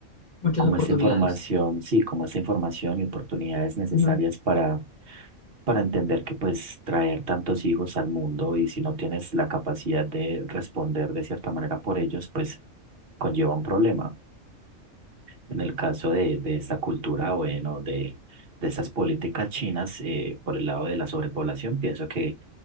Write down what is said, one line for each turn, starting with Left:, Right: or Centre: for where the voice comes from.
Left: Muchas
Right: como
Left: oportunidades.
Right: esta información, sí, como esta información y oportunidades necesarias
Left: Ujú,
Right: para, para entender que pues traer tantos hijos al mundo y si no tienes la capacidad de responder de cierta manera por ellos, pues conlleva un problema. En el caso de, de esta cultura, bueno, de, de estas políticas chinas eh, por el lado de la sobrepoblación, pienso que